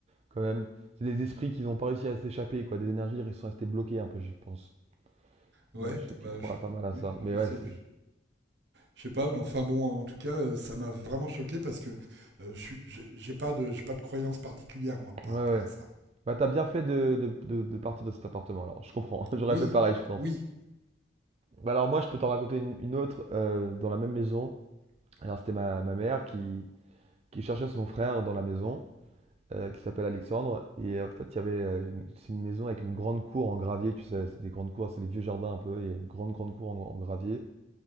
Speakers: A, on the right; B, on the right.
A: quand même. C'est des esprits qui n'ont pas réussi à s'échapper quoi, des énergies ils sont restés bloqués un peu, je pense.
B: Ouais,
A: Moi, je qui
B: bah
A: crois
B: je,
A: pas mal à
B: oui,
A: ça. Mais
B: je
A: ouais,
B: sais,
A: c'est,
B: je sais pas, mais enfin bon, en tout cas, euh, ça m'a vraiment choqué parce que euh, je suis- j'ai j'ai pas de, j'ai pas de croyance particulière moi par
A: ouais ouais.
B: rapport à ça.
A: Bah, t'as bien fait de, de, de, de partir de cet appartement, alors. Je comprends. <laughs> J'aurais
B: Oui,
A: fait pareil, je pense.
B: oui,
A: Bah, alors, moi, je peux t'en raconter une, une autre euh, dans la même maison. Alors, c'était ma, ma mère qui, qui cherchait son frère dans la maison, euh, qui s'appelle Alexandre. Et euh, en fait, il y avait euh, une- c'est une maison avec une grande cour en gravier, tu sais. C'est des grandes cours, c'est les vieux jardins un peu. Il y a une grande, grande cour en, en gravier.